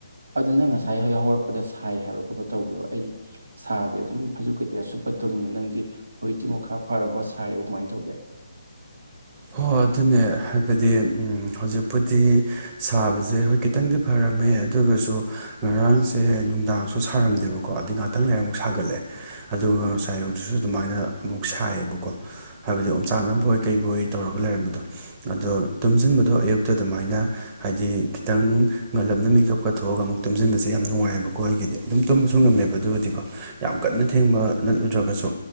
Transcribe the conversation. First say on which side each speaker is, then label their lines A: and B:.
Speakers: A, on the right; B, on the right.
A: ꯑꯗꯨ ꯅꯪ ꯉꯁꯥꯏ ꯌꯥꯎꯍꯧꯔꯛ... ꯑꯗ ꯁꯥꯏ ꯍꯥꯏꯕ ꯈꯣꯠꯄ ꯇꯧꯕꯗꯣ ꯑꯩꯒꯤ ꯁꯥꯗꯤ ꯑꯗꯨꯝ ꯐꯩꯖꯨꯞ ꯀꯩꯀꯩ ꯁꯨꯨꯞꯄ ꯇꯨꯝꯃꯤꯅꯦ ꯅꯪꯗꯤ ꯍꯧꯖꯤꯛꯇꯤ ꯑꯃꯨꯛ ꯈꯔ ꯐꯔꯕ ꯁꯥꯔꯤꯕ ꯀꯃꯥꯏ ꯇꯧꯒꯦ
B: ꯍꯣ ꯑꯗꯨꯅꯦ ꯍꯥꯏꯕꯗꯤ ꯎꯝ ꯍꯧꯖꯤꯛꯄꯨꯗꯤ ꯁꯥꯕꯁꯦ ꯍꯣꯏ ꯈꯤꯇꯪꯗꯤ ꯐꯔꯝꯃꯦ ꯑꯗꯨꯒꯁꯨ ꯉꯔꯥꯡꯁꯦ ꯅꯨꯡꯗꯥꯡꯁꯨ ꯁꯥꯔꯝꯗꯦꯕꯀꯣ ꯑꯗꯩ ꯉꯥꯛꯇꯪ ꯂꯩꯔ ꯑꯃꯨꯛ ꯁꯥꯒꯠꯂꯛꯑꯦ ꯑꯗꯨꯒ ꯉꯁꯥꯏ ꯑꯌꯨꯛꯗꯨꯁꯨ ꯑꯗꯨꯃꯥꯏꯅ ꯑꯃꯨꯛ ꯁꯥꯏꯌꯦꯕꯀꯣ ꯍꯥꯏꯕꯗꯤ ꯑꯣꯡꯆꯥꯛꯅꯕꯣꯏ ꯀꯩꯕꯣꯏ ꯇꯧꯔꯒ ꯂꯩꯔꯝꯕꯗꯣ ꯑꯗꯣ ꯇꯨꯝꯖꯟꯕꯗꯣ ꯑꯌꯨꯛꯇ ꯑꯗꯨꯃꯥꯏꯅ ꯍꯥꯏꯗꯤ ꯈꯤꯇꯪ ꯉꯜꯂꯞꯅ ꯃꯤꯀꯞꯀ ꯊꯣꯛꯑꯒ ꯑꯃꯨꯛ ꯇꯨꯝꯖꯟꯕꯁꯦ ꯌꯥꯝ ꯅꯨꯡꯉꯥꯏꯕꯀꯣ ꯑꯩꯒꯤꯗꯤ ꯑꯗꯨꯝ ꯇꯨꯝꯕꯁꯨ ꯉꯝꯃꯦꯕ ꯑꯗꯨꯒꯗꯤꯀꯣ ꯌꯥꯝ ꯀꯟꯅ ꯊꯦꯡꯕ ꯅꯠ ꯅꯠꯇ꯭ꯔꯒꯁꯨ